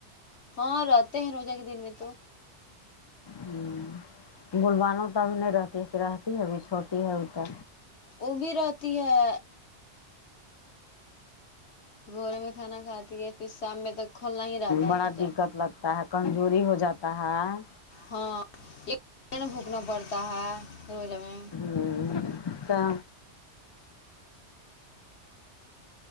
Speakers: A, on the left; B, on the left.
A: ہاں رہتے ہیں روزہ کے دن میں تو
B: ہوں بلبانو تو ابھی نہیں رہتی ہے کہ رہتی ابھی چھوٹی ہے وہ تو
A: وہ بھی رہتی ہے بھورے میں کھانا کھاتی ہے پھر شام میں تک کھولنا ہی رہتا
B: بڑا
A: ہے روزہ
B: دقت لگتا ہے کمزوری ہو جاتی کہاں
A: ہاں ایک بھونکنا پڑتا ہے روز ہمے
B: ہوں کیا